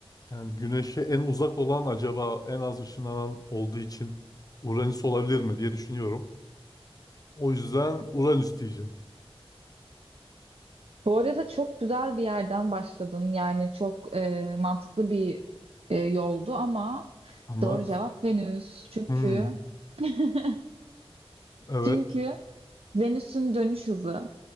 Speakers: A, on the left (about 35°); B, on the right (about 70°).
A: yani güneşe en uzak olan acaba en az ışınlanan olduğu için Uranüs olabilir mi diye düşünüyorum. O yüzden Uranüs diyeceğim.
B: Bu arada çok güzel bir yerden başladın. Yani çok e, mantıklı bir e, yoldu ama
A: Ama
B: doğru cevap Venüs. Çünkü
A: <laughs> hmm,
B: <laughs>
A: evet.
B: çünkü Venüs'ün dönüş hızı